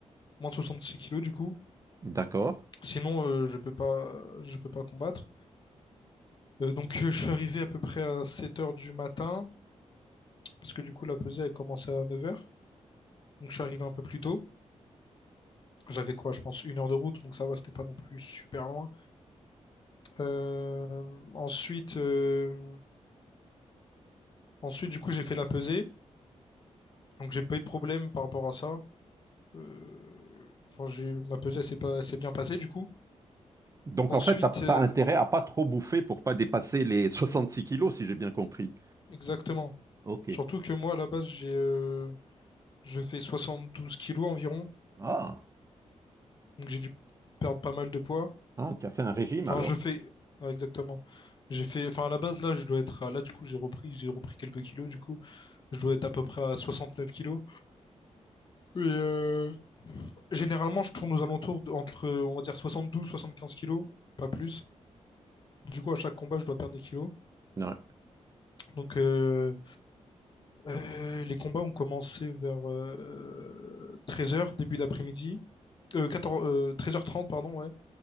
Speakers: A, on the left; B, on the right.
A: moins de 66 kilos du coup.
B: D'accord.
A: Sinon, euh, je peux pas, je peux pas combattre. Euh, donc, euh, je suis arrivé à peu près à 7 heures du matin, parce que du coup, la pesée, elle commençait à 9 heures. Donc, je suis arrivé un peu plus tôt. J'avais quoi, je pense, une heure de route, donc ça va, c'était pas non plus super loin. Euh, ensuite, euh, ensuite, du coup, j'ai fait la pesée. Donc, j'ai pas eu de problème par rapport à ça. Euh, enfin, j'ai, ma pesée, elle s'est pas, elle s'est bien passée, du coup.
B: Donc
A: Ensuite,
B: en fait, tu
A: euh,
B: as, intérêt à pas trop bouffer pour pas dépasser les <laughs> 66 kilos, si j'ai bien compris.
A: exactement.
B: Ok.
A: Surtout que moi, à la base, j'ai, euh, Je fais 72 kilos environ,
B: Ah,
A: donc j'ai dû perdre pas mal de poids.
B: ah, tu as fait un régime
A: Enfin,
B: alors.
A: je fais, non, exactement. J'ai fait, enfin, à la base, là, je dois être, à- là, du coup, j'ai repris, j'ai repris quelques kilos, du coup, je dois être à peu près à 69 kilos. Et euh, généralement, je tourne aux alentours de- entre, on va dire, soixante douze, soixante quinze kilos, pas plus. Du coup, à chaque combat, je dois perdre des kilos.
B: Ouais.
A: Donc, euh, euh, les combats ont commencé vers euh, treize heures, début d'après-midi. Euh, 14, euh, 13h30, pardon, ouais.